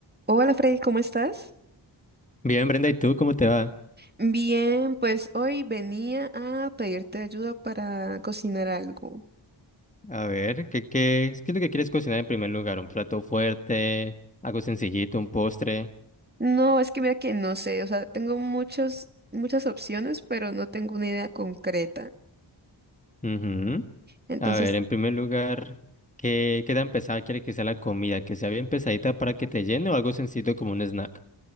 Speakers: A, on the right (about 20°); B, on the left (about 15°).
A: Hola Freddy, ¿cómo estás?
B: Bien, Brenda, ¿y tú cómo te va?
A: Bien, pues hoy venía a pedirte ayuda para cocinar algo.
B: A ver, ¿qué, qué, es- qué es lo que quieres cocinar en primer lugar? ¿Un plato fuerte? ¿Algo sencillito? ¿Un postre?
A: No, es que mira que no sé, o sea, tengo muchos, muchas opciones, pero no tengo una idea concreta.
B: Ujú.
A: Entonces,
B: A ver, en primer lugar, ¿qué, qué tan pesada quiere que sea la comida? ¿Que sea bien pesadita para que te llene o algo sencillo como un snack?